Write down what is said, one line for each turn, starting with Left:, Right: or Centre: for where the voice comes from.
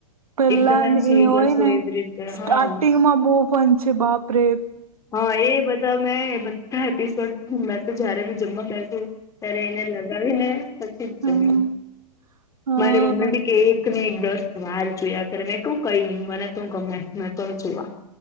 Right: પહેલાન
Left: એકદમ એમ સિરિયસ
Right: એ હોયને,
Left: હોય એવી રીતે
Right: સ્ટાર્ટિંગ
Left: હા
Right: માં બહુ ફન છે બાપ રે.
Left: હા એ બધા મેં બધા એપિસોડ મે તો જયારે બી જમવા બેસુ ત્યારે એને લગાવી ને પછી
Right: હમ
Left: જ જમું.
Right: હા
Left: મારી મમ્મી બી કેઈ એકને એક દસ વાર જોયા કરે. મેં કહુ કંઈ ની, મને તો ગમે, મેં તો જોવા.